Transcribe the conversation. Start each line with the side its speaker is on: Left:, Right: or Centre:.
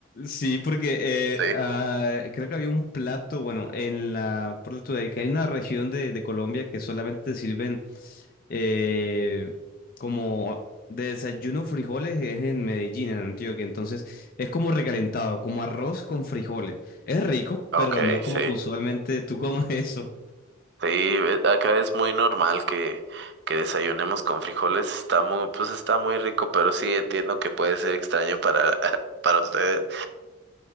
Left: Sí, porque eh,
Right: Sí.
Left: ah, creo que había un plato, bueno, en la, por tu- que hay una región de, de Colombia que solamente sirven eh, como de desayuno frijoles, es en Medellín, en Antioquia, entonces es como recalentado, como arroz con frijoles. Es rico,
Right: Ok,
Left: pero no es como
Right: sí.
Left: que usualmente tú comes <laughs> eso.
Right: Sí, eh, acá es muy normal que, que desayunemos con frijoles. Está muy, pues está muy rico, pero sí entiendo que puede ser extraño para, <laughs> para ustedes.